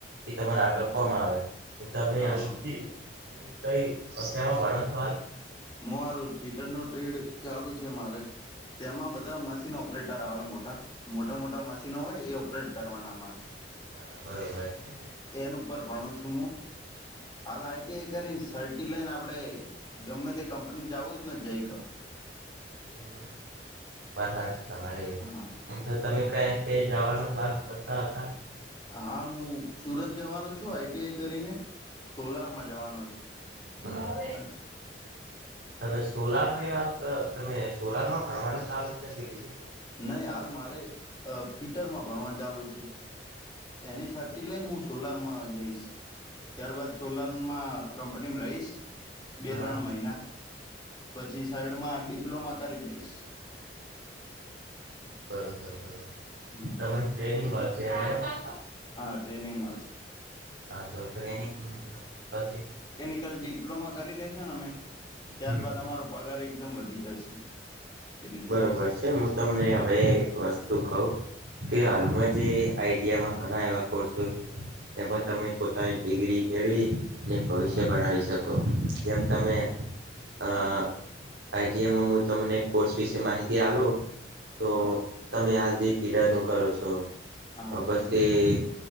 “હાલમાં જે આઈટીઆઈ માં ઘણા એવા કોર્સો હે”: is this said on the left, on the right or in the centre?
Right